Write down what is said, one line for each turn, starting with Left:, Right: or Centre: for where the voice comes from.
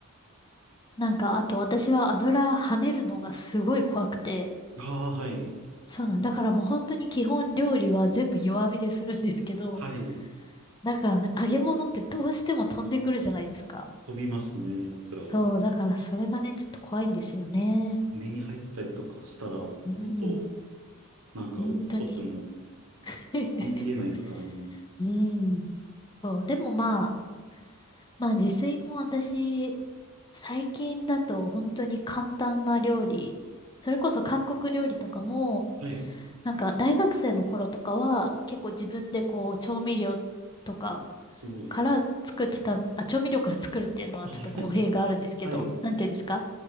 Left: なんか、あと私は油跳ねるのがすごい怖くて、
Right: ああ、はい。
Left: そうなんだからもう本当に基本料理は全部弱火でするんですけど、
Right: はい。
Left: <laughs> なんかね揚げ物ってどうしても飛んでくるじゃないですか。
Right: 飛びますね、やつらは。
Left: そう、だからそれがね、ちょっと怖いんですよね。
Right: 目に入ったりとかしたら、
Left: うん、
Right: 本当なんか怒っても、
Left: 本当に。<laughs>
Right: あんま言えないですからね。
Left: うん。そう、でもまあ、まあ自炊も私、最近だと本当に簡単な料理、それこそ韓国料理とかも、
Right: はい。
Left: なんか大学生の頃とかは結構自分でこう調味料とか
Right: すごい。
Left: から作ってた、あ、調味料から作るっていうのはちょっと語弊があるんですけど、
Right: あ <laughs> はい。
Left: なんていうんですか